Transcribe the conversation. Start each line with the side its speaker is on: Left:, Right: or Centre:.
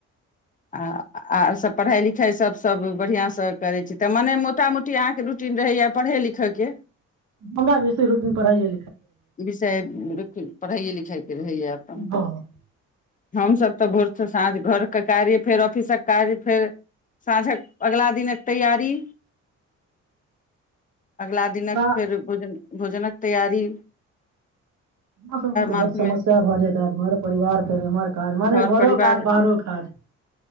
Left: आ- आर सभ पढ़ाइ लिखाइसभ सभ बढ़िआँसँ करै छी तऽ मने मोटा मोटी अहाँके रूटीन रहैए पढ़य लिखयके। <unintelligible>
Right: हमरा बेसी रूटीन पढ़ाइै।
Left: विषय पढ़ाइय लिख फिरैय अपन
Right: बहुत
Left: हमसभ तऽ भोरस साँझ घर के कार्य फेर ऑफिसक कार्य फेर साँझक अगलाा दिनक तैयारी। अगलाा दिनक
Right: हमरा
Left: फेर भोजन। भोजनक तैयरी। <unintelligible>
Right: हम सबके तऽ
Left: माथमे
Right: बड़ समस्या भऽ जेतै घर परिवार फेर एम्हर काज माने
Left: घर
Right: घरो
Left: परिवार
Right: काज बाहरो काज।